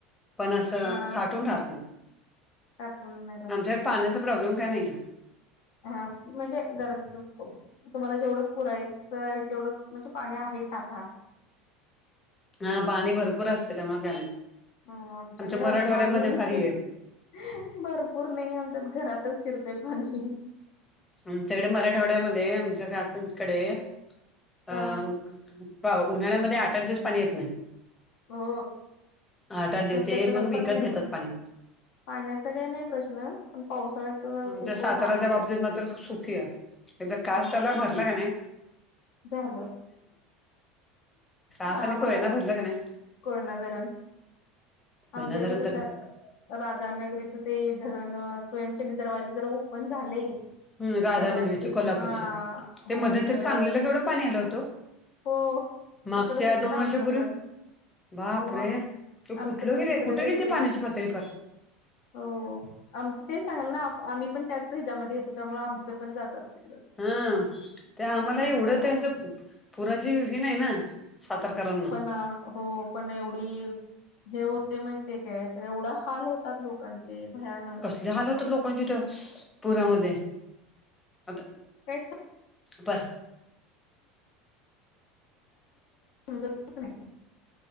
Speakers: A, on the left (about 20°); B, on the left (about 65°).
A: पण असं
B: अ
A: साठून राहत नाही
B: साठून नाही राहत
A: आमच्याकडे पाण्याचा प्रॉब्लेम काय नाहीय.
B: हा म्हणजे गरज तुम्हाला जेवढं पुरायचं आहे तेवढं म्हणजे पाणी आहे साठा
A: हा पाणी भरपूर असते त्यामुळे काय नाही.
B: ह आमच्याकडं
A: आमच्या मराठवाड्यामध्ये
B: पाणी हहह
A: फारी आहे
B: भरपूर नाही आमच्यात घरातच शिरतंय पाणी.
A: आमच्याकडे मराठवाड्यामध्ये आमच्या काकूंकडे अ
B: अ
A: पा उन्हाळ्यामध्ये आठ आठ दिवस पाणी येत नाही.
B: हो
A: आठ आठ दिवस
B: आमच्याकडं
A: ते मग
B: पण
A: विकत
B: नाही
A: घेतात पाणी.
B: पाण्याचा काय नाही प्रश्न पण पावसाळ्यात
A: आमच्या
B: खूप
A: साताराच्या
B: हाल होतात
A: बाबतीत मात्र सुखी आहे एकदा कास
B: हा
A: त्याला भरला का नाही
B: झालं.
A: सास
B: मग आम्हाला
A: आणि खय ना भरलं क नाही.
B: कोयना धरण आमच्या
A: होना
B: कसं
A: रंत का?
B: राधानगरीचं ते धरण स्वयंचल दरवाजे तर ओपन झाले.
A: का राधानगरीचे
B: तर इकडं
A: कोल्हापूरचे ते
B: हो
A: मध्यंतरी
B: तर
A: सांगलीला केवढं पाणी आलं होतं ओ.
B: हो.
A: मागच्या
B: तिकडच येते
A: दोन
B: ना
A: वर्षापूर्वी
B: आमचं पण
A: बाप
B: हो
A: रे तू
B: आमचं
A: कुठलं
B: पण
A: गेले
B: तिकडच
A: कुठं
B: येते
A: गेली ते पाण्याची पातळीप
B: हो आमचं तेच सांगल ना आम्ही पण त्याच ह्याच्यामध्ये येतो त्यामु आमच पण जातात. तिकड
A: हा ते आम्हाला
B: आमच्या
A: एवढत आहे असं. पुराची ही नाही ना सातारकरांना
B: ना हो पण एवढी हे होते म्हण. ते काय एवढा हाल होतात लोकांचे भयानक
A: झाल होत लोकांच्या त्या पुरामध्ये आता
B: असस.
A: पर
B: समजत नाही.